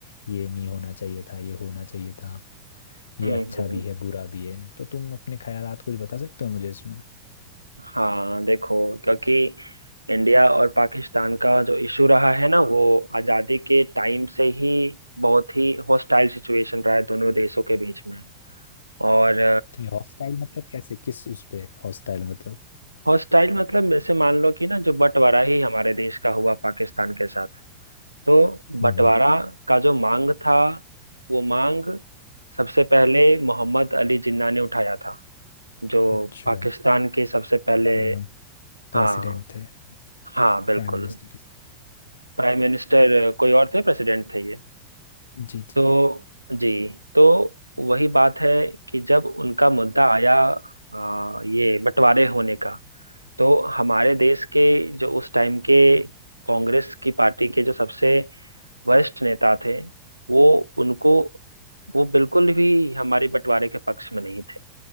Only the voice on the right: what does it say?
हम्म
हम्म,
हाँ देखो क्योंकि इंडिया और पाकिस्तान का जो इशू रहा है ना वो आज़ादी के टाइम से ही बहुत ही हॉस्टाइल सिचुएशन रहा है दोनों देशों के बीच में और
हॉस्टाइल मतलब जैसे मान लो कि ना जो बंटवारा ही हमारे देश का हुआ पाकिस्तान के साथ तो
बंटवारा का जो मांग था वो मांग सबसे पहले मोहम्मद अली जिन्ना ने उठाया था जो
पाकिस्तान के सबसे पहले
हाँ
हाँ बिल्कुल
प्राइम मिनिस्टर कोई और थे प्रेसिडेंट थे ये
तो जी तो वही बात है कि जब उनका मुद्दा आया आ, ये बंटवारे होने का तो हमारे देश के जो उस टाइम के कांग्रेस की पार्टी के जो सबसे वरिष्ठ नेता थे वो उनको वो बिल्कुल भी हमारे बंटवारे के पक्ष में नहीं थे